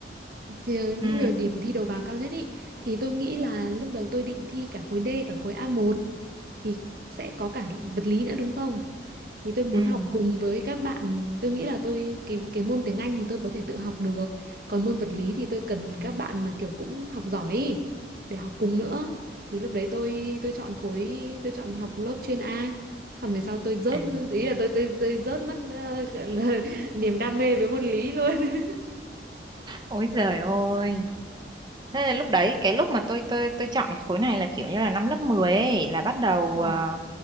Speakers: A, on the right; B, on the right.
A: thì ờ, những
B: Ừ,
A: người điểm thi đầu vào cao nhất ý thì tôi nghĩ là lúc đầu tôi định thi cả khối D cả khối a một thì sẽ có cả vật lý nữa đúng không? Thì tôi muốn
B: ừ.
A: học cùng với các bạn, tôi nghĩ là tôi cái cái môn tiếng Anh thì tôi có thể tự học được, còn môn vật lý thì tôi cần các bạn mà kiểu cũng học giỏi ý, để học cùng nữa. Thì lúc đấy tôi tôi chọn khối tôi chọn học lớp chuyên A. Xong về sau tôi rớt
B: À.
A: ý là tôi tôi tôi rớt mất ờ, gọi là <laughs> niềm đam mê với môn lý luôn. <laughs>
B: Ôi giời ơi. Thế là lúc đấy cái lúc mà tôi tôi tôi chọn cái khối này là kiểu như là năm lớp 10 ấy là bắt đầu
A: Ừ.
B: ờ,